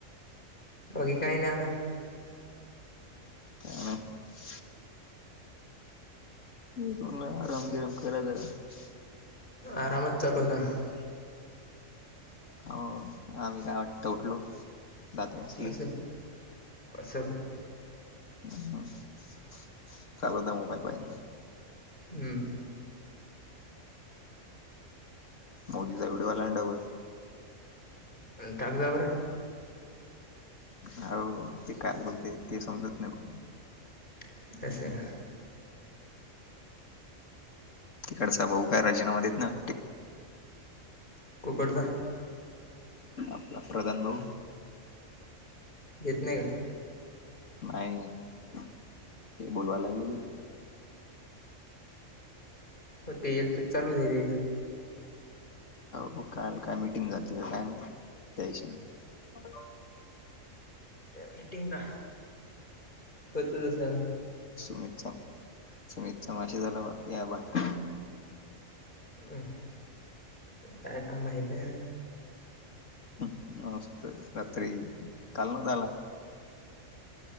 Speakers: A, on the left; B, on the left.
A: बाकी काही नाही आता.
B: <unintelligible> <unintelligible>
A: आरामच चालूता ये का?
B: हो आम्ही आता उठलो. दात घासली
A: अस अस.
B: <unintelligible> मोबाईल <unintelligible>
A: हम्म
B: मोदीचा व्हिडिओ आला य ना डबल.
A: टाक जा बर.
B: हो ते काय बोलते ते समजत नाही पण.
A: <unintelligible>
B: खरं सांगू भाऊ काय राजीनामा देत ना.
A: <unintelligible>
B: आपला प्रधान भाऊ.
A: देत नाही व्हा.
B: नाही ते बोलवाय लागले.
A: <unintelligible> एकक चालूय <unintelligible>
B: हो काल काय मिटिंग झालती का काय म्हायती त्याच्याशी. <inaudible>
A: मीटिंग का? बर तुझं सांग.
B: सुमितचा सुमितचा मेसेज आला या बाहेर.
A: अम्, काय काम माहितेय?
B: मस्तय, रात्री काल न त्याला